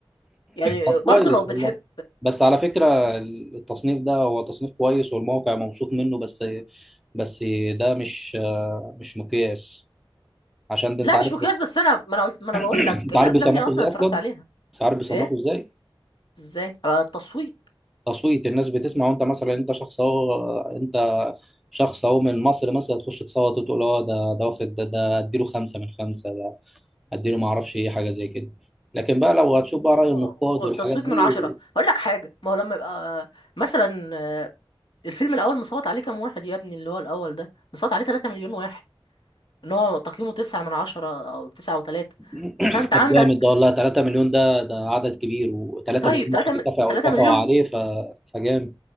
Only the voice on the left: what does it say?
يعني
برضه لو بتحب
لا
مش مقياس بس انا ما انا قلت ما انا بقول
لك الافلام
دي انا اصلا
اتفرجت
عليها
ايه
ازاي على التصويت
آه،
التصويت
من عشرة هقول لك حاجة ما هو لما يبقى مثلا آه، الفيلم الأول مصوت عليه كام واحد يا ابني اللي هو الأول ده مصوت عليه 3 مليون واحد إن هو تقييمه 9 من عشرة أو 9 و3
فأنت عندك
طيب
3
3
مليون